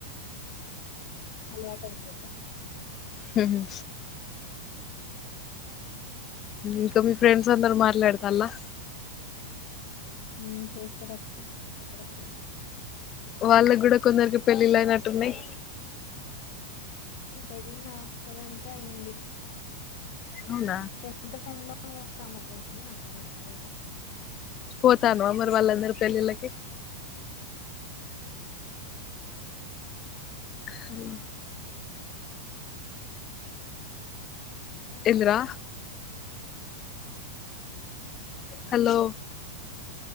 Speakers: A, on the left; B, on the left.
A: అలవాటు ఐపోద్ది
B: హమ్ ఇంకా మీ ఫ్రెండ్ అందరు మాట్లాడుతాళ్ళ
A: హు చేస్తరక్క అప్పుడప్పుడు
B: వాళ్ళకి కూడా కొందరికి పెళ్ళిళ్ళు అయినట్టున్నాయి
A: పెళ్లి నా ఒక్కదానికే అయింది
B: ఉండ
A: టెన్త్ ఫ్రెండ్ లో ఒకమామేకయింది నాకు కూడా అంతే ఇగ
B: పోతాను మరి వాళ్ళ అందరి పెళ్లిళ్ళకి హలో ఎందిరా హలో